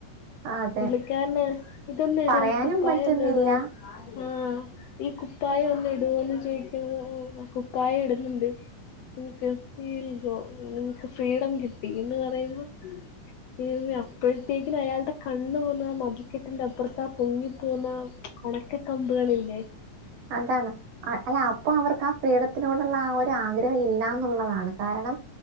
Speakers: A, on the right; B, on the left.
A: ആ, അതെ
B: പുള്ളിക്കാരന് ഇതൊന്ന് ഇടൂ
A: പറയാനും
B: ഈ കുപ്പായൊന്ന്
A: പറ്റുന്നില്ല
B: ഇടൊ ആഹ് ഈ കുപ്പായൊന്ന് ഇടുവോന്ന് ചോയ്ക്കുമ്പം കുപ്പായം ഇടുന്നുണ്ട് നിക്ക് വി വിൽ ഗോ. നിങ്ങക്ക് ഫ്രീഡം കിട്ടി എന്ന് പറയുമ്പം ദൈവമേ അപ്പഴത്തേക്കിന് അയാള്ടെ കണ്ണ് പോവ്ന്നാ മതിൽക്കെട്ടിന്റെ അപ്പുറത്താ പൊങ്ങിപ്പോവ്ന്നാ ഒണക്ക കമ്പുകളില്ലേ?
A: അതാണ് അല്ല അപ്പൊ അവർക്ക് ആ ഫ്രീഡത്തിനോട്ള്ള ആ ഒ റ്റ ആഗ്രഹം ഇല്ലാന്നുള്ളതാണ് കാരണം